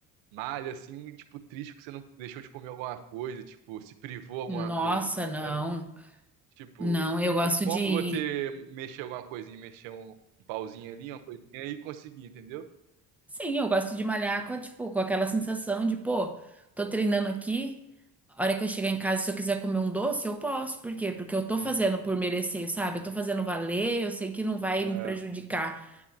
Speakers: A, on the right; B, in the centre.
A: malha, assim, tipo, triste porque você não deixou de comer alguma coisa, tipo, se privou alguma
B: Nossa,
A: coisa,
B: não.
A: sabe? Tipo,
B: Não, eu gosto
A: tem como
B: de.
A: você mexer alguma coisinha, mexer um, um pauzinho ali, uma coisinha e conseguir, entendeu?
B: Sim, eu gosto de malhar com, a- tipo, com aquela sensação de, pô, tô treinando aqui, a hora que eu chegar em casa, se eu quiser comer um doce, eu posso. Por quê? Porque eu tô
A: Uhum.
B: fazendo por merecer, sabe? Eu tô fazendo valer, eu sei que não vai
A: É,
B: me prejudicar.